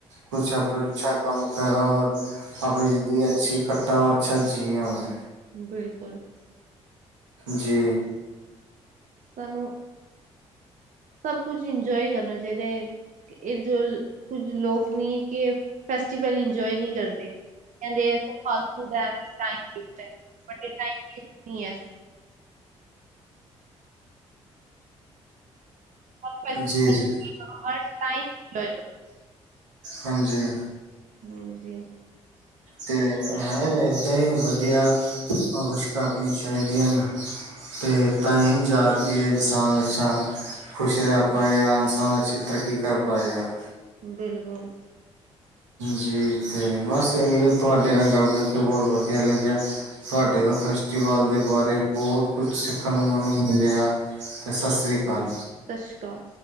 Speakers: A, on the right; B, on the right.
A: ਕੁਛ ਅੇ ਅੱਛਾ ਕੰਮ ਕਰਾ। ਔਰ ਅ ਆਪਣੀ ਜ਼ਿੰਦਗੀ ਅੱਛੀ ਕੱਟਾ। ਹੋ ਅੱਛਾ ਜਿਆ ਮੈਂ
B: ਬਿਲਕੁਲ।
A: ਜੀ।
B: ਸਾਨੂੰ, ਸਭ ਕੁਛ ਇੰਜੋਏ ਕਰਨਾ ਚਾਹੀਦਾ। ਇਹ ਜੋ, ਕੁੱਝ ਲੋਕ ਨੀ, ਕਿ ਫੈਸਟੀਵਲ ਇੰਜੋਏ ਨਹੀਂ ਕਰਦੇ। ਕਹਿੰਦੇ ਫਾਲਤੂ ਟਾਈਮ ਵੇਸਟ ਹੈ। ਬਟ ਇਹ ਟਾਈਮ ਵੇਸਟ ਨਹੀਂ ਹੈ। ਹਰ ਫੈਸਟੀਵਲ
A: ਜੀ-
B: ਇੰਜੋਏ
A: ਜੀ,
B: ਕਰੋ, ਹਰ ਟਾਈਮ ਇੰਜੋਏ ਕਰੋ।
A: ਹਾਂਜੀ।
B: ਹਾਂ ਜੀ।
A: ਤੇ ਹੈ ਏਦਾਂ ਹੀ ਵਧੀਆ ਕੁਛ ਕਰਨੀ ਚਾਹੀਦੀਆਂ ਨੇ। ਅਤੇ ਤਾ ਹੀ ਜਾ ਕੇ ਇਨਸਾਨ ਅੱਛਾ ਖੁਸ਼ ਰਹਿ ਪਾਏਗਾ ਇਨਸਾਨ ਅੱਛੀ ਤਰੱਕੀ ਕਰ ਪਾਏਗਾ।
B: ਬਿਲਕੁਲ
A: ਜੀ ਤੇ ਬਸ ਇਹ ਤੁਹਾਡੇ ਨਾਲ ਗੱਲ ਕਰਕੇ ਬਹੁਤ ਵਧੀਆ ਲੱਗਿਆ। ਤੁਹਾਡੇ ਤੋਂ ਫਸਟ ਵ ਦੇ ਬਾਰੇ ਬਹੁਤ ਕੁਛ ਸਿੱਖਣ ਨੂੰ ਮੈਨੂੰ ਮਿਲਿਆ ਤੇ ਸਤਿ ਸ੍ਰੀ ਅਕਾਲ
B: ਸਤਿ ਸ਼੍ਰੀ ਅਕਾਲ।